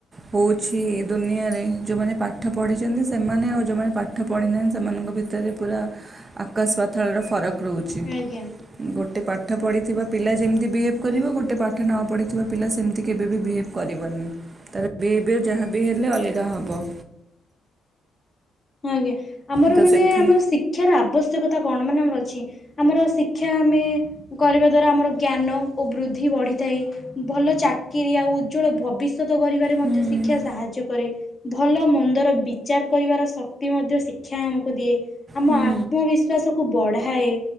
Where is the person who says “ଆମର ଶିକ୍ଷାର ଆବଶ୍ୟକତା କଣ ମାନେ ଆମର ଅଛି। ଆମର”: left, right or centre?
Left